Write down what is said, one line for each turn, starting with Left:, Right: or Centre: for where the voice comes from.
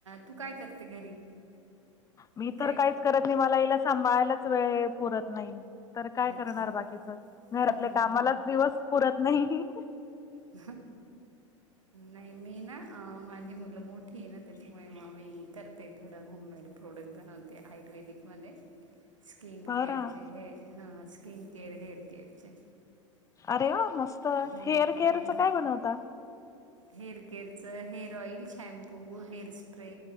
Right: तू काय करते घरी.
Left: मी
Right: काय
Left: तर काहीच
Right: का
Left: करत नाही मला हिला सांभायलाच वेळ पुरत नाही. तर काय
Right: अच्छा
Left: करणार
Right: हम्म,
Left: बाकीच घरातले कामालाच दिवस पुरत नाही.
Right: हम्म. नाही मी ना अ माझी मुलं मोठी आहे ना त्याच्यामुळे मग मी कर ते थोडं होममेड प्रोडक्ट बनवते आयुर्वेदिकमध्ये स्किन
Left: बरं
Right: केअरचे हे हा स्किन केअर हेअर केअरचे.
Left: अरे वा मस्त
Right: हम्म
Left: हेअर केअरच
Right: हम्म.
Left: काय बनवता.
Right: हेअर केअरच hair oil shampoo hair spray